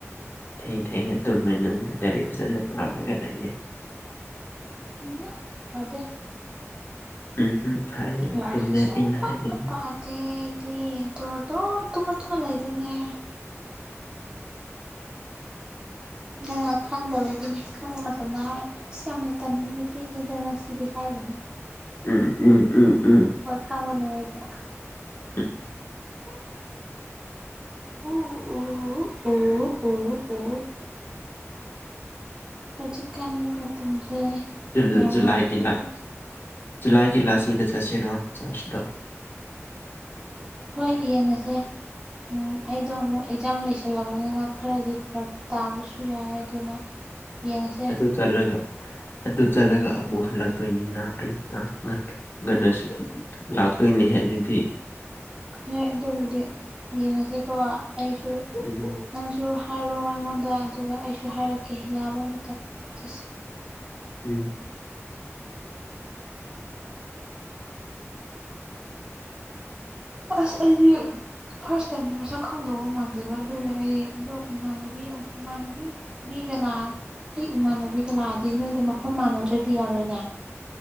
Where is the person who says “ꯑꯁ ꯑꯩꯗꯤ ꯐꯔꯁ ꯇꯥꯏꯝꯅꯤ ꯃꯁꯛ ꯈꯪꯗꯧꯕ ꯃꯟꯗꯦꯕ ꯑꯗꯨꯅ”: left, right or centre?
Right